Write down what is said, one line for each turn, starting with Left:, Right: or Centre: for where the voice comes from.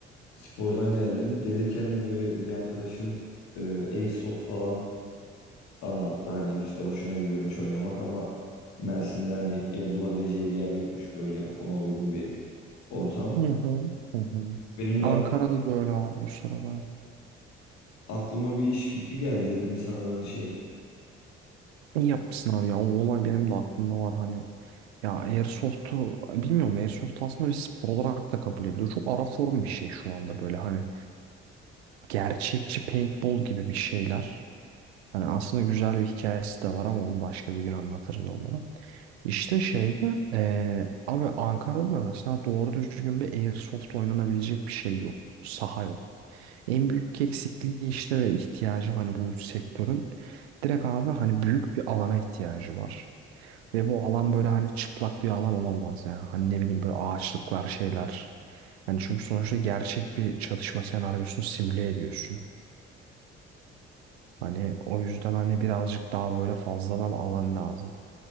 Left: spordan geldim. Gelirken de böyle bir arkadaşım e, Airsoft falan anlattı. Hani işte hoşuna gidiyormuş oynamak ama Mersin'de hani e, bulabileceği bir yer yokmuş böyle ona uygun bir ortam.
Right: Hı hı. Hı hı.
Left: Benim de
Right: Ankara'da
Left: ak-
Right: da öyle abi bu sırada.
Left: aklıma bir iş fikri geldi dedim bir sana danışayım.
Right: İyi yapmışsın abi ya. O olay benim de aklımda var hani. Ya Airsoft'u bilmiyorum Airsoft aslında bir spor olarak da kabul ediliyor. Çok ara form bir şey şu anda böyle hani gerçekçi paintball gibi bir şeyler. Hani aslında güzel bir hikayesi de var ama onu başka bir gün anlatırız olmalı. İşte şeyde eee, abi Ankara'da da mesela doğru düzgün bir Airsoft oynanabilecek bir şey yok. Saha yok. En büyük eksikliği işte ve ihtiyacı hani bu sektörün direkt abi hani büyük bir alana ihtiyacı var. Ve bu alan böyle hani çıplak bir alan olamaz ya. Hani ne bileyim böyle ağaçlıklar şeyler. Hani çünkü sonuçta gerçek bir çalışma senaryosunu simüle ediyorsun. Hani o yüzden hani birazcık daha böyle fazladan alan lazım.